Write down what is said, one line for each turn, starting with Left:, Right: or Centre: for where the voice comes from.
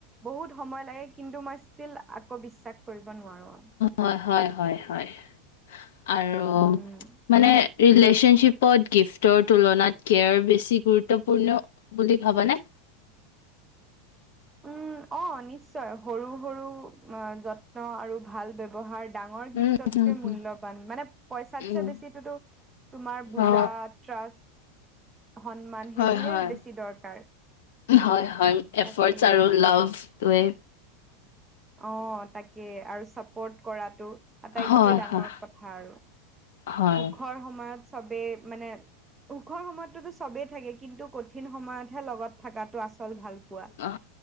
Right: বহুত সময় লাগে কিন্তু মই ষ্টীল আকৌ বিশ্বাস কৰিব নোৱাৰো অ
Left: হয় হয় হয় হয় আৰু
Right: উম
Left: মানে ৰিলেচনশ্বিপ পদ গিফ্টৰ তুলনাত কেয়াৰ বেছি গুৰুত্বপূৰ্ণ বুলি ভাবানে
Right: উম অ নিশ্চয় সৰু সৰু অ যত্ন আৰু ভাল ব্যৱহাৰ ডাঙৰ গিফ্টতকৈ
Left: উম উম
Right: মূল্যৱান মানে পইচাত
Left: উম
Right: ছাই বেছিটোতো তোমাৰ বুজা
Left: অ
Right: ট্ৰাষ্ট সন্মান
Left: হয়
Right: সেইবোৰে
Left: হয়।
Right: বেছি দৰকাৰ
Left: হয় হয় এফৰ্টছ
Right: তাকে
Left: আৰু লাভটোৱে
Right: অ তাকে আৰু চাপৰ্ট কৰাটো আটাইতকৈ
Left: হয়
Right: ডাঙৰ
Left: হয়
Right: কথা আৰু সুখৰ
Left: হয়।
Right: সময়ত সবেই মানে সুখৰ সময়তো সবেই থাকে কিন্তু কঠিন সময়তহে লগত থকাটো আচল ভাল পোৱা।
Left: অ